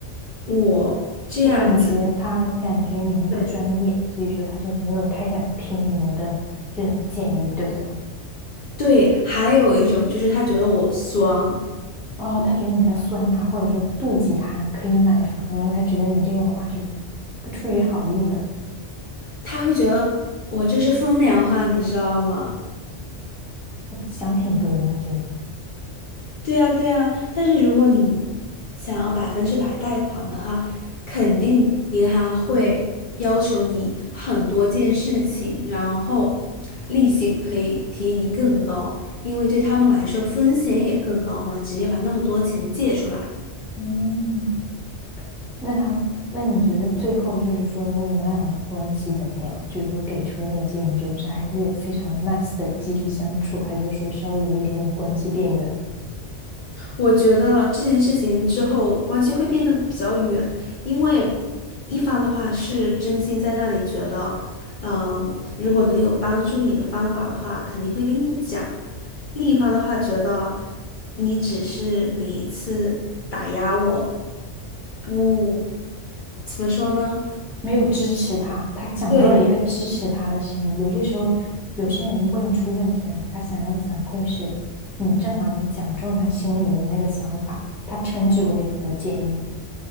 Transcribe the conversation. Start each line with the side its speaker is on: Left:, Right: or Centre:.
Left: 我这样子。
Centre: 就感觉他感觉你们不专业，
Left: 对，
Centre: 所以说他就没有太想听你们的这种建议，对不对？
Left: 对，还有一种就是他觉得我酸，
Centre: 哦，他觉得你在酸他，或者说妒忌他可以买房，然后他觉得你这个话是不出于好意的，
Left: 他会觉得我这是风凉话，你知道吗？
Centre: 他想挺多这个。
Left: 对呀，对呀，但是如果你想要百分之百贷款的话，肯定银行会要求你很多件事情，然后利息可以提你更高，因为对他们来说风险也更高嘛，直接把那么多钱借出来，
Centre: 嗯，那他，那你觉得最后就是说，那你们俩的关系怎么样？就是说给出那个建议就是还是非常 nice 的继续相处，还是说稍微有一点点关系变远？
Left: 我觉得这件事情之后关系会变得比较远，因为一方的话是真心在那里觉得，呃，如果能有帮助你的方法的话，肯定会跟你讲；另一方的话觉得你只是每一次打压我，不，怎么说呢？
Centre: 没有支持他，他想要一个支持他的声音。
Left: 对，
Centre: 有些时候，有些人问出问题来，他想要的反馈是，你正好你讲中他心里的那个想法，他称之为和建议，